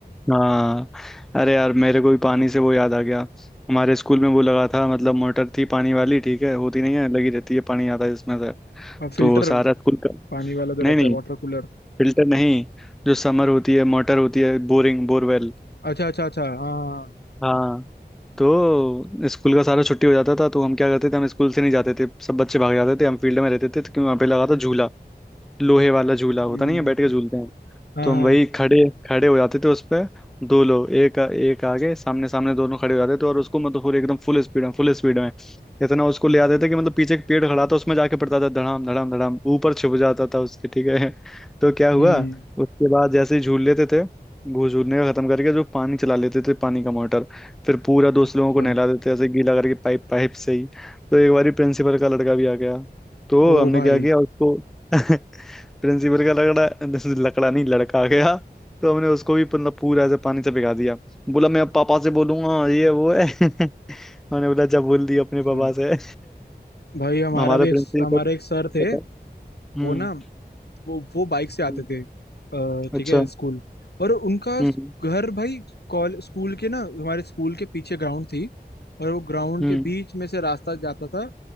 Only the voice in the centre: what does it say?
हाँ अरे यार मेरे को भी पानी से वो याद आ गया हमारे स्कूल में वो लगा था मतलब मोटर थी पानी वाली ठीक है होती नहीं है लगी रहती है पानी आता है इसमें से
तो सारा स्कूल का
नहीं
नहीं
फिल्टर नहीं जो समर होती है मोटर होती है बोरिंग बोरवेल
हाँ तो स्कूल का सारा छुट्टी हो जाता था तो हम क्या करते थे हम स्कूल से नहीं जाते थे सब बच्चे भाग जाते थे हम फील्ड में रहते थे तो क्योंकि वहाँ पे लगा था झूला लोहे वाला झूला होता
नहीं है बैठ के झूलते हैं
तो हम
वही खड़े खड़े हो जाते थे उस पे दो लोग एक एक आगे सामने सामने दोनों खड़े हो जाते थे और उसको मतलब पूरे एकदम फुल स्पीड में फुल स्पीड में इतना उसको ले आते थे कि मतलब पीछे एक पेड़ खड़ा था उसमें जाके पड़ता था धड़ाम धड़ाम धड़ाम ऊपर छिप जाता था उसके ठीक है <laughs> तो क्या हुआ
उसके बाद जैसे ही झूल लेते थे घूस झूलने का खत्म करके जो पानी चला लेते थे पानी का मोटर फिर पूरा दोस्त
लोगों को नहला देते थे ऐसे गीला करके पाइप पाइप से ही तो एक बारी प्रिंसिपल का लड़का भी आ गया तो
हमने
क्या किया उसको <laughs> प्रिंसिपल का लकड़ा लकड़ा नहीं लड़का आ गया तो हमने उसको भी मतलब पूरा ऐसे पानी से भिगा दिया बोला मैं अब पापा से बोलूंगा ये वो है <laughs> मैंने बोला जब बोल दिया अपने
पापा से
<laughs> हमारा
प्रिंसिपल
पता है? हम्म
हम्म,
अच्छा
हम्म
हम्म